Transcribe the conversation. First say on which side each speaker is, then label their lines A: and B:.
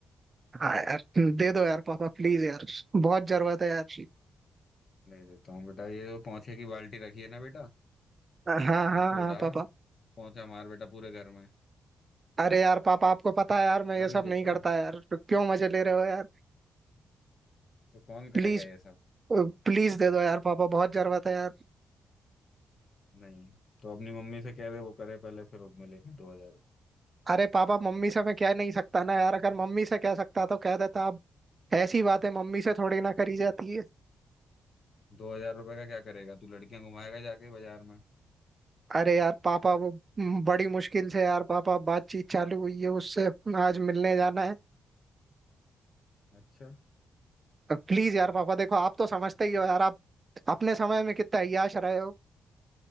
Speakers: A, on the right; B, on the left.
A: हाँ यार दे दो यार पापा प्लीज यार बहुत जरूरत है यार
B: ले देता हूँ बेटा ये जो पोंछे की बाल्टी रखी है ना बेटा
A: हाँ हाँ
B: इसको
A: हाँ
B: उठा
A: पापा
B: पोंछा मार बेटा पूरे घर में
A: अरे यार पापा आपको पता है यार मैं ये
B: अभी
A: सब नहीं
B: देता
A: करता
B: हूँ
A: यार तो क्यों मजे ले रहे हो यार
B: तो कौन
A: प्लीज
B: करेगा ये सब
A: प्लीज दे दो यार पापा बहुत जरूरत है यार
B: नहीं तो अपनी मम्मी से कह दे वो करे पहले फिर मिलेंगे दो हजार
A: अरे पापा मम्मी से मैं कह नहीं सकता ना यार अगर मम्मी से कह सकता तो कह देता अब ऐसी बातें मम्मी से थोड़ी ना करी जाती है
B: दो हजार रुपये का क्या करेगा तू लड़कियां घुमाएगा जाके बाजार में
A: अरे यार पापा वो हम्म, बड़ी मुश्किल से यार पापा बातचीत चालू हुई है उससे आज मिलने जाना है
B: अच्छा
A: प्लीज यार पापा देखो आप तो समझते ही हो यार आप अपने समय में कितना अय्याश रहे हो